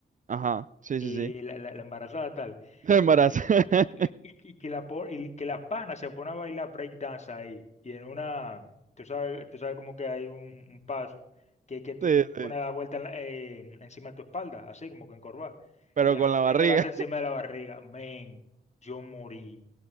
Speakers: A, on the right; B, on the left.
A: Ajá, sí,
B: y
A: sí, sí.
B: la, la- la embarazada tal,
A: <laughs> Embarazo.
B: y que, la- y,
A: <laughs>
B: y- y- y que la, po- y que la pana se pone a bailar breakdance ahí, y en una, tú sabes, tú sabes como que hay un, un paso, que, que tú
A: Sí,
B: te pones
A: sí.
B: la vuelta en la- en- encima de tu espalda, así como que encorvada,
A: Pero
B: ella
A: con
B: lo hace,
A: la barriga.
B: ella lo hace encima de la barriga, men, yo morí,